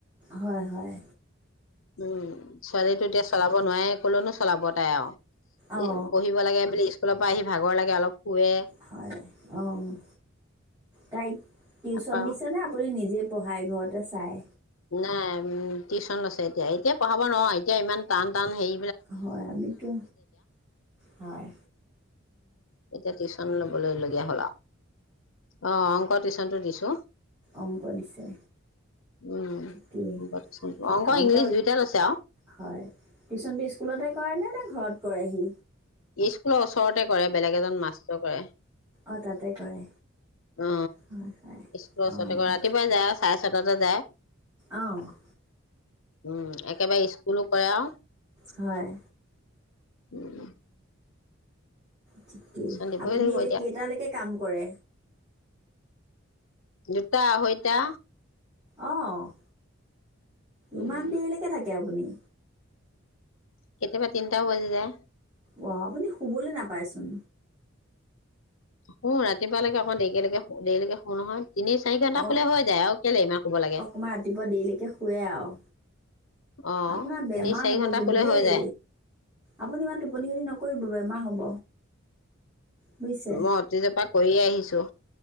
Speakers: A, on the right (about 15°); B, on the left (about 75°).
A: হয়, হয়।
B: উম, ছোৱালীটো এতিয়া চলাব নোৱাৰে। কলৈনো চলাব তাই আৰু।
A: অঁ
B: পঢ়িব লাগে বুলি স্কুলৰ পৰা ভাগৰ লাগে অলপ শুৱে
A: হয়। অ'! তাই টিউচন
B: তাৰপা
A: দিছে নে? আপুনি নিজে পঢ়াই ঘৰতে চায়।
B: নাই উম টিউচন লৈছে এতিয়া এতিয়া পঢ়াব নোৱাৰো এতিয়া ইমান টান, টান সেই
A: হয়! আমিতো হয়।
B: এতিয়া টিউচন ল'বলৈ লগীয়া হ'ল আৰু। অ'! অংক টিচনটো দিছোঁ।
A: অংক দিছে।
B: উম।
A: ঠিকেই
B: অংক টিউচন
A: কি অংক
B: ইংলিছ দুইটা লৈছে আৰু
A: হয়। টিউচনটো স্কুলতে কৰেনে নে ঘৰত কৰেহি?
B: স্কুলৰ ওচৰতে কৰে। বেলেগ এজন মাষ্টৰ কৰে।
A: অ'! তাতে কৰে।
B: অ'
A: হয়, হয়।
B: স্কুলৰ
A: অ'!
B: ওচৰতে কৰে ৰাতিপুৱাই যায় আৰু চাৰে ছয়টাতে যায়।
A: অ'!
B: উম! একেবাৰে স্কুলো কৰে আৰু
A: হয়।
B: উম
A: ঠিকেই,
B: টিউচন দিবই
A: আপুনি
B: লাগিব
A: এতিয়া কেইটালৈকে কাম কৰে?
B: দুটা আঢ়ৈটা।
A: অঁ।
B: উম
A: ইমান দেৰিলৈকে থাকে আপুনি।
B: কেতিয়াবা তিনটাও বাজি যায়।
A: অ ', আপুনি শুবলৈ নাপায়চোন।
B: অহ ', ৰাতিপুৱালৈকে আকৌ দেৰিকেলেকে দেৰিলৈকে শুওঁ নহয়। তিনি চাৰি ঘন্টা
A: অ',
B: শুলে হৈ যায় আৰু কেলে ইমান শুব লাগে
A: অকণমান ৰাতিপুৱা দেৰিলৈকে শুৱে আৰু,
B: অ'
A: আপোনাৰ বেমাৰ
B: তিনি চাৰি
A: হ'ব
B: ঘন্টা
A: কিন্তু
B: শুলে
A: দেই
B: হৈ যায়।
A: আপুনি ইমান টোপনি খতি নকৰিব বেমাৰ হ'ব। বুজিছে
B: <unintelligible> কৰি আহিছো।